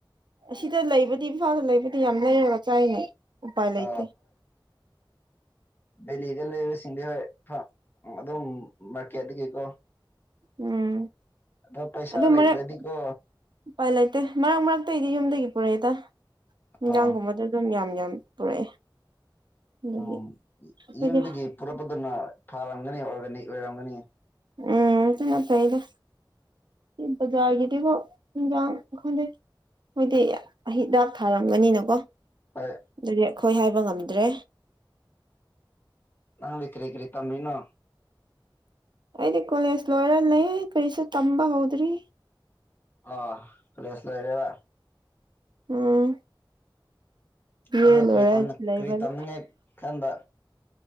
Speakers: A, on the right (about 60°); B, on the left (about 25°).
A: ꯑꯁꯤꯗ ꯂꯩꯕꯗꯤ ꯏꯝꯐꯥꯜꯗ ꯂꯩꯕꯗꯤ ꯌꯥꯝ ꯂꯩꯔꯒ ꯆꯥꯏꯅꯦ ꯎꯄꯥꯏ ꯂꯩꯇꯦ
B: ꯑ ꯚꯦꯂꯤꯗ ꯂꯩꯕꯁꯤꯡꯗꯤ ꯍꯣꯏ ꯐꯥ ꯑꯗꯨꯝ ꯃꯥꯔꯀꯦꯠꯇꯒꯤꯀꯣ
A: ꯎꯝ
B: ꯑꯗꯣ ꯄꯩꯁꯥ
A: ꯑꯗꯨ
B: ꯂꯩꯇ꯭ꯔꯗꯤꯀꯣ
A: ꯃꯔꯛ ꯎꯄꯥꯏ ꯂꯩꯇꯦ ꯃꯔꯛ ꯃꯔꯛꯇꯩ ꯗꯤ ꯌꯨꯝꯗꯥꯒꯤ ꯄꯨꯔꯛ ꯏꯗꯥ ꯏꯟꯖꯥꯡꯒꯨꯝꯕꯗꯨ
B: ꯑ
A: ꯑꯗꯨꯝ ꯌꯥꯝ ꯌꯥꯝ ꯄꯨꯔꯛꯑꯦ ꯑꯗꯨꯒꯤ
B: ꯎꯝ
A: ꯑꯩꯈꯣꯏꯗꯤ
B: ꯌꯨꯝꯗꯒꯤ ꯄꯨꯔꯛꯄꯗꯨꯅ ꯐꯥꯔꯝꯒꯅꯤ ꯑꯣꯔꯒꯥꯅꯤꯛ ꯑꯣꯏꯔꯝꯒꯅꯤ
A: ꯎꯝ ꯑꯗꯨꯅ ꯐꯩꯗ ꯕꯖꯥꯔꯒꯤꯗꯤꯀꯣ ꯏꯟꯖꯥꯡ ꯈꯪꯗꯦ ꯍꯣꯏꯗꯤ ꯍꯤꯗꯥꯛ ꯊꯥꯔꯝꯒꯅꯤꯅꯀꯣ
B: ꯑꯩ
A: ꯑꯗꯨꯗꯤ ꯑꯩꯈꯣꯏ ꯍꯥꯏꯕ ꯉꯝꯗ꯭ꯔꯦ
B: ꯅꯪꯗꯤ ꯀꯔꯤ ꯀꯔꯤ ꯇꯝꯃꯤꯅꯣ
A: ꯑꯩꯗꯤ ꯀꯣꯂꯦꯖ ꯂꯣꯏꯔ ꯂꯩ ꯀꯔꯤꯁꯨ ꯇꯝꯕꯥ ꯍꯧꯗ꯭ꯔꯤ
B: ꯑꯥ ꯀꯣꯂꯦꯁ ꯂꯣꯏꯔꯦꯕꯥ
A: ꯎꯝ ꯕꯤꯌ‌ꯦ
B: ꯑꯗꯣ
A: ꯂꯣꯏꯔꯥ
B: ꯀꯔꯤ ꯇꯝꯅ
A: ꯂꯩꯕꯅꯤ
B: ꯀꯔꯤ ꯇꯝꯅꯤꯡꯉꯥꯏ ꯈꯟꯕ